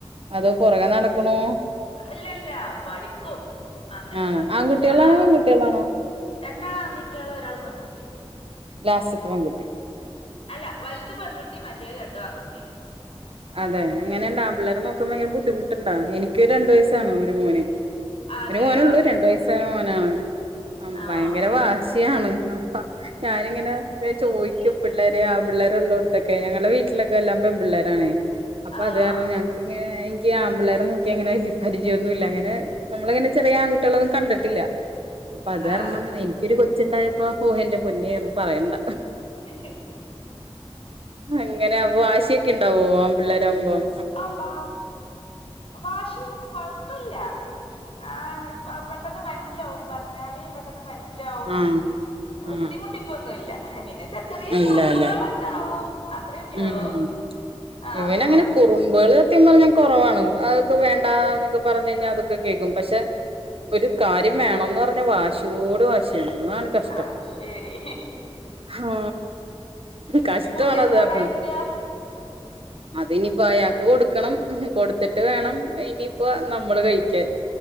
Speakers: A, on the right; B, on the left.
A: അതോ പുറകെ നടക്കണോ
B: ഇല്ല ഇല്ല പഠിക്കും. അങ്ങൻത്തെ
A: ആണോ
B: കൊഴപ്പൊന്നുംല്ല
A: ആൺകുട്ടികളാണോ
B: ആ.
A: പെൺകുട്ടികളാണോ
B: രണ്ടാള ആൺകുട്ടികളു ഒരാൾ പെൺകുട്ടി
A: ലാസ്റ്റത്തെ പെൺകുട്ടിയും
B: അല്ല വലുത് പെൺകുട്ടി മറ്റേത് രണ്ടും ആൺകുട്ടി
A: അതെ അങ്ങനെണ്ട് ആൻ പിള്ളേരെ നോക്കുമ്പോ ഭയങ്കര ബുദ്ധിമുട്ടുണ്ടാ എനിക്ക് രണ്ടു വയസാണോ ഒരു മോന്
B: അതെയോ
A: ഒരു മോനള്ളൂ രണ്ടു വയസ്സായ മോനാണ് ആ
B: ആഹ്
A: ഭയങ്കര
B: ഓഹ്
A: വാശിയാണ് അപ്പ ഞാനിങ്ങനെ ചോയ് ക്കും പിള്ളേരെ ആ പിള്ളേരെ ഉള്ളോടത്തൊക്കെ ഞങ്ങൾടെ വീട്ടിലൊക്കെ എല്ലാം പെൺപിള്ളേരാണ് അപ്പൊ
B: ആഹ്
A: അത് കാരണം ഞങ്ങക്കി എനിക്ക് ആമ്പിളേ രെ നോക്കി അങ്ങനെ പരിചയൊന്നു ഇല്ല അങ്ങനെ നമ്മളങ്ങനെ ചെറിയ ആൺകട്ടികളൊന്നും കണ്ടിട്ടില്ല അപ്പൊ അത് കാരണം,
B: ആഹ്
A: എനിക്കൊരു കൊച്ചുണ്ടായപ്പോ ഓ എന്റെ പൊന്നേ ഒന്ന് പറയണ്ട.
B: ഹി ഹി ഹി
A: അങ്ങനെ അപ്പ വാശിയൊക്കെ ഉണ്ടാവോ ആൺ പിള്ളേരാവുമ്പോം.
B: അവ വാശിൽ കൊ യ പ്പില്ല ആ പെട്ടെന്ന് മനസ്സിലാവും, പറഞ്ഞാലേ പെട്ടെന്ന് മനസ്സില ലാവും
A: ആ ആ
B: ബുദ്ധിമുട്ടിക്കൊന്നുല്ല
A: ആ
B: പിന്നെ ചെറിയ ചെറിയ
A: ആ ഇല്ല
B: കുറുമ്പുകൾ
A: അല്ലേ
B: ഉണ്ടാവും അത്രേന്നെ
A: ഉം
B: ഉള്ളൂ ആഹ
A: ഇവനങ്ങനെ
B: അവർക്ക്
A: കുറുമ്പുകൾ സത്യം പറഞ്ഞാൽ കൊറവാണ് അതൊക്കെ വേണ്ടാ ന്നൊക്കെ പറഞ്ഞു കഴിഞ്ഞാൽ അതൊക്കെ കേക്കും പക്ഷെ ഒരു കാര്യം വേണംന്ന് പറഞ്ഞ വാശിയോട് വാശ ഷിയാണ് അതാണ് കഷ്ടം
B: ആ ശരി
A: ആ കഷ്ടാണ്
B: ഇനി ഫുഡ്
A: അ
B: <unintelligible>
A: <inaudible> അത് ഇനിപ്പോ അയാക്ക് കൊടുക്കണം കൊടുത്തിട്ട് വേണം ഇനിയിപ്പ നമ്മള് കഴിക്കാൻ